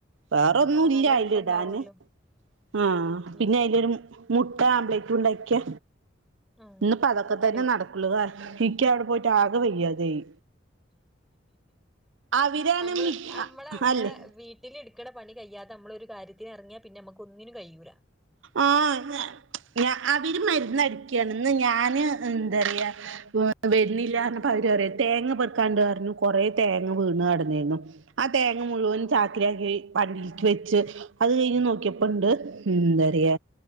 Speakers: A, on the right; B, in the centre.
A: വേറൊന്നു
B: ആഹ് നല്ല
A: ഇല്ല അയില്ഇടാന്
B: രസണ്ടാവല്ലോ
A: ആഹ് പിന്നെ
B: ആഹ്
A: അയിലൊരും മുക്ക ആംബ്ളയിറ്റു ഉണ്ടാക്കിയ
B: ആഹ്
A: ഇന്ന്പ്പ അതൊക്കെ
B: അടൂ
A: തന്നെ നടകുള്ളത് ഇക്ക്യ അവിടെ പോയിട്ട് ആകെ വെയ്യാതായി അവരാണ്
B: അമ്മള്
A: മി
B: അമ്മളെ അമ്മളെ
A: അല്ലേ
B: വീ ട്ടില് ഇട്ക്കണ പണി കയ്യാതെ അമ്മള് ഒരു കാര്യത്തിന് എറങ്യാ പിന്നെ അമ്മക്കൊന്നിനും കയ്യൂല
A: ആഹ് ഞ അവര് മരുന്ന്ടിക്കാണ് ഞാന് എന്താറയാ വരുന്നില്ല അവര്റയിയും തേങ്ങ പെറുക്കാണ്ട് പറഞ്ഞു കൊറെ തേങ്ങ വീണ് കടന്നോനു. ആ തേങ്ങ മുഴുവനും
B: ആഹ്
A: ചാക്കിലാക്കി വണ്ടിയിലോക്ക് വെച്ച് അത് കഴിഞ്ഞ് നോക്കിയപ്പണ്ട് ഇന്തറ്‌യ